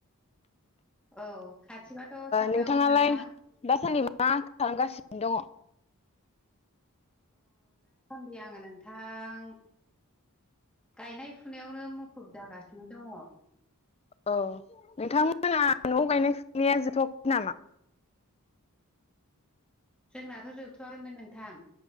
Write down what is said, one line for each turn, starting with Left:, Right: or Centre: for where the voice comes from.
Centre: औ खाथिबाथ' थांजागौमोन
Left: नोंथाङालाय
Centre: नोंथां
Left: दासान्दि मा खालामगासिनो दङ
Centre: फै आङो नोंथां गायनाय फुनायावनो मुखुब जागासिनो दङ।
Left: औ नोंथांमोना न'आव गायनाय फुनाया जोबथ'वाखै नामा
Centre: जोंनाथ' जोबथ'वाखैमोन नोंथां